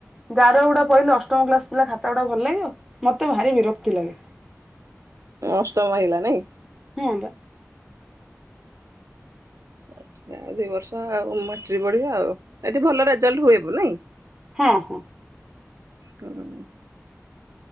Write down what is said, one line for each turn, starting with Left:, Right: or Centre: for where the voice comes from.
Centre: ଗାର ଗୁଡା ପହିଲେ ଅଷ୍ଟମ କ୍ଲାସ ପିଲା ଖାତା ଗୁଡା ଭଲ ଲାଗିବ ମତେ ଭାରି ବିରକ୍ତି ଲାଗେ।
Right: ଅଷ୍ଟମ ହେଇ ଗଲା ନାଇଁ?
Centre: ହଁ ବା।
Right: ଆଛା ଦି ବର୍ଷ ଆଉ ମାଟ୍ରିକ ବଢିବା ଆଉ ଏଠି ଭଲ ରେଜଲ୍ଟ ହୁଏ ହବ ନାଇଁ।
Centre: ହଁ ହଁ।
Right: ହୁଁ ହୁଁ ହୁଁ।